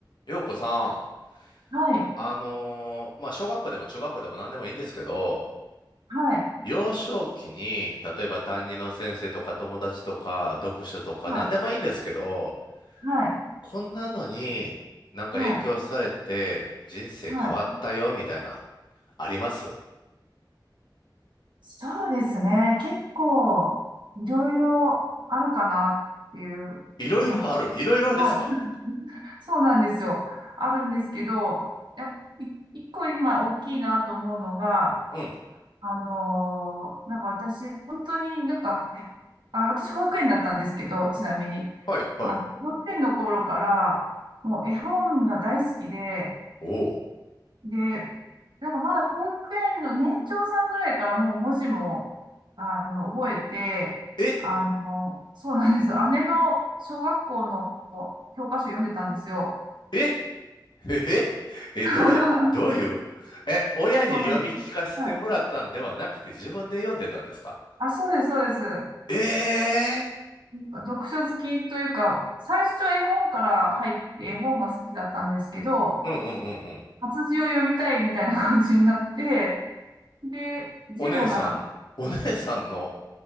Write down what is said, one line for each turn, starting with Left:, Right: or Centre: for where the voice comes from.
Left: ようこさん、
Right: はい、
Left: あのーまあ、小学校でも中学校でも何でもいいんですけど、
Right: はい、
Left: 幼少期に、例えば担任の先生とか友達とか読書とか何でもいいんですけど、
Right: はい、はい、
Left: こんなのになんか影響されて人生変わったよみたいなの、
Right: はい、はい。
Left: あります
Right: そうですね。結構、いろいろあるかなっていう、
Left: いろいろあるいろいろですか
Right: なんか、はい、<laughs> そうなんですよ。あるんですけど、やっぱい一個今大きいなと思うのが、
Left: うん。
Right: あのーなんか私、本当になんか、あ、私保育園だったんですけど、ちなみに、
Left: はい、はい。
Right: あ、保育園の頃から、もう絵本が大好きで、
Left: おお。
Right: で、なんかまだ保育園の年長さんぐらいからもう文字も、あの、覚えて、
Left: え
Right: あの、そうなんです。姉の小学校の教科書読んでたんですよ。
Left: えええ、
Right: <laughs>
Left: どうい、どういうえ、
Right: そ
Left: 親に読み聞かせてもらったんではなくて自分で読んでたんですか
Right: うなんです。はい。あ、そうです、そうです。な
Left: ええ
Right: んか読書好きというか、最初絵本から入って絵本が好きだったんですけど、
Left: ーうんうんうんうん。
Right: 活字を読みたいみたいな感じになって、で、字もなら、
Left: お姉さん、お姉さんの